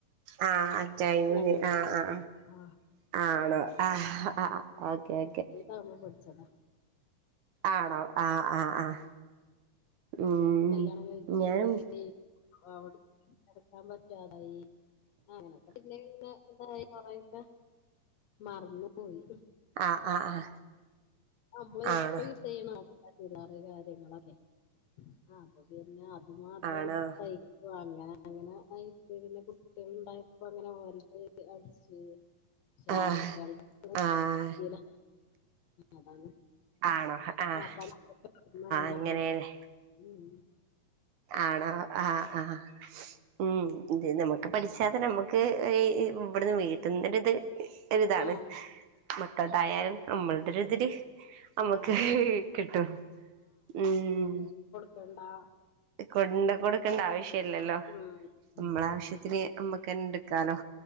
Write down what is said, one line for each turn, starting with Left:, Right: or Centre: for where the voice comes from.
Right: ആഹ് ആഹ് ടൈമില്
Left: അങ്ങനെ
Right: ആഹ് ആഹ്
Left: ആ
Right: ആണോ ആഹ് ഓക്കെ ഓക്കെ
Left: <unintelligible> പഠിച്ചതാ
Right: ആണോ ആഹ് ആഹ് ആഹ് ഉം
Left: കല്യാണം കയിച്ച്
Right: ഞാനും
Left: കൊണ്ടോയി അവ്ട്ന്ന് പഠിക്കാൻ പറ്റാതായി അങ്ങനൊക്കെ പിന്നെങ്ങനെ എന്തായി കൊറെയൊക്കെ മറന്ന് പോയി
Right: ആഹ് ആഹ്
Left: അമ്മള്
Right: ആണോ
Left: എപ്പ യൂസെയ്യ്ണ <unintelligible> ചെല കാര്യങ്ങളൊക്കെ ആഹ് അപ്പ പിന്നെ അത് മാത്രം
Right: ആണോ
Left: തൈ ഓഹ് അങ്ങനെ അങ്ങനെ ആയിട്ട് പിന്നെ കുട്ടികളുണ്ടായപ്പങ്ങനെ ഓൽത് അട്ച്ച് പക്ഷേ
Right: ആഹ്
Left: ആൺകുട്ട്യൾത്
Right: ആഹ്
Left: പറ്റീല അതാണ്
Right: ആണോ ആഹ് ആഹ്
Left: അപ്പ <unintelligible> ന്നങ്ങനെ
Right: അങ്ങനെയല്ലേ
Left: പോയി ഉം ഉം
Right: ആണോ ആഹ് ആഹ് ഉം ഇത് നമക്ക് പഠിച്ചാത് നമക്ക് ഒര് ഇവ്ട്ന്ന് വീട്ട്ന്നൊര്ത് ഒര്താണ്
Left: ആഹ്
Right: മക്കൾതായാലും നമ്മൾതൊര്തിര് അമ്മക്ക്
Left: ആഹ്
Right: കിട്ടും ഉം
Left: കണ്ടാ
Right: കൊണ്ട് കൊട്ക്കണ്ട ആവശ്യല്ലല്ലോ
Left: ഉം
Right: നമ്മളാവശ്യത്തിന്
Left: ഉം
Right: നമ്മക്കെന്നെട്ക്കാലോ